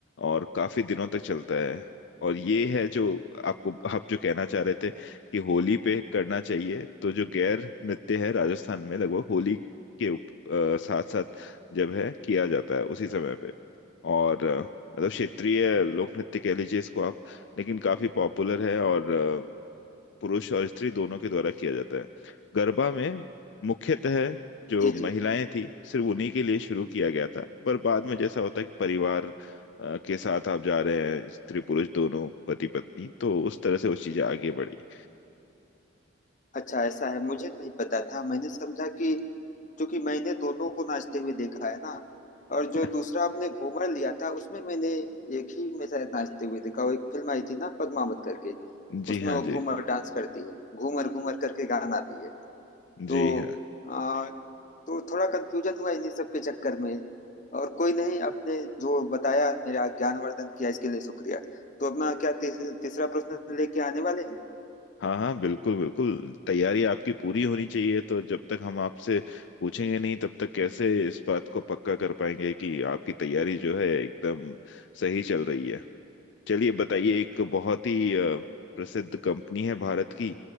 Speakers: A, on the left (about 65°); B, on the left (about 40°).
A: और काफी दिनों तक चलता है और ये है जो आपको आप जो कहना चाह रहे थे कि होली पे करना चाहिए तो जो गैर नृत्य है राजस्थान में लगभग होली के साथ साथ जब है किया जाता है उसी समय पे और अ, मतलब क्षेत्रीय लोक नृत्य कह लीजिए इसको आप लेकिन काफी पॉपुलर है और अ, पुरुष और स्त्री दोनों के द्वारा किया जाता है गरबा में मुख्यतः जो
B: जी
A: महिलाएं
B: जी
A: थी सिर्फ उन्हीं के लिए शुरू किया गया था पर बाद में जैसा होता है कि परिवार अ, के साथ आप जा रहे हैं स्त्री पुरुष दोनों पति पत्नी तो उस तरह से वो चीजें आगे बढ़ी
B: अच्छा ऐसा है मुझे नहीं पता था मैंने समझा कि क्योंकि मैंने दोनों को नाचते हुए देखा है ना और
A: <laughs>
B: जो दूसरा आपने घूमर लिया था उसमें मैंने एक ही में शायद नाचते हुए देखा वो एक फिल्म आई थी ना पद्मावत करके
A: जी
B: उसमें
A: हाँ
B: वो घूमर
A: जी
B: डांस करती है घूमर घूमर करके गाना भी है तो
A: जी हाँ
B: आ, तो थोड़ा कंफ्यूजन हुआ इन्हीं सब के चक्कर में और कोई नहीं आपने जो बताया मेरा ज्ञानवर्धन किया इसके लिए शुक्रिया तो अपना क्या तीस, तीसरा प्रश्न लेके आने वाले हैं
A: हाँ हाँ बिल्कुल बिल्कुल तैयारी आपकी पूरी होनी चाहिए तो जब तक हम आपसे पूछेंगे नहीं तब तक कैसे इस बात को पक्का कर पाएंगे कि आपकी तैयारी जो है एकदम सही चल रही है चलिए बताइए एक बहुत ही अ, प्रसिद्ध कंपनी है भारत की